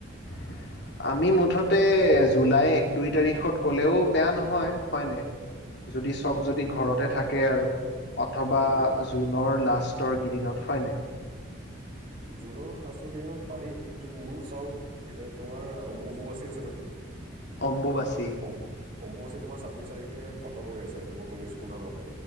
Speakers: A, on the left (about 55°); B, on the right (about 40°).
A: <inaudible> আমি মুঠতে জুলাই এক, দুই তাৰিখত গ'লেও বেয়া নহয়, হয়নে । যদি চব
B: পাৰি
A: যদি ঘৰতে থাকে আৰু অথবা
B: হম হম
A: জুনৰ লাষ্টৰ কিদিনত হয় নাই?
B: জুনৰ লাষ্টৰ কেইদিনত পাৰি। কিন্তু মোৰ চাও এতিয়া তোমাৰ অমবুবাচী আছে নহয়।
A: অম্বুবাচী।
B: অম- অম্বুবাচী তোমাৰ ছাব্বিছ তাৰিখে খতম হৈ আছে। মই শুনিছ শুনা মতে।